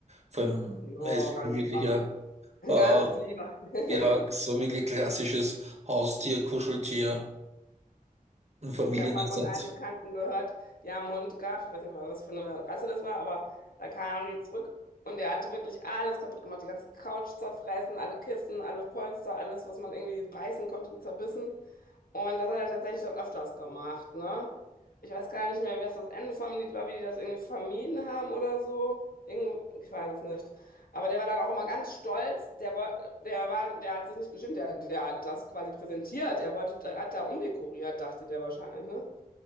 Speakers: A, on the right; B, on the left.
A: vor allem,
B: Ja,
A: er ist
B: ganz
A: wirklich
B: braver,
A: ein
B: <laughs> ganz
A: äh,
B: lieber.
A: Ja,
B: <laughs>
A: so wirklich klassisches Haustier, Kuscheltier, ein Familienersatz.
B: Ich habe mal von einem Bekannten gehört, die haben einen Hund gehabt, ich weiß nicht mal, was für eine Rasse das war, aber da kamen die zurück und der hatte wirklich alles kaputt gemacht, die ganze Couch zerfressen, alle Kissen, alle Polster, alles, was man irgendwie beißen konnte, zerbissen. Und das hat er tatsächlich dann öfters gemacht, ne? Ich weiß gar nicht mehr, was das Ende vom Lied war, wie die das irgendwie vermieden haben oder so. Irgend, ich weiß es nicht. Aber der war dann auch immer ganz stolz. Der, woll- der, war, der hat sich nicht geschämt. Der, der hat das quasi präsentiert. Er wollte, er hat da umdekoriert, dachte der wahrscheinlich, ne?